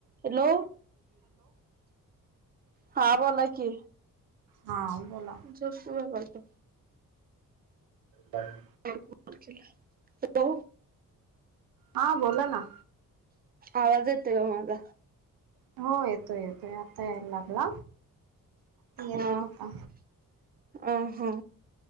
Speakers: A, on the right; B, on the right.
A: हॅलो हा बोला की
B: हा बोला
A: झप खू व्यापत
B: र
A: हॅलो
B: हा बोला ना
A: आवाजेत ग मला
B: हो येतोय येतोय आता यायला लागला त येत
A: हा
B: नवता
A: अ हा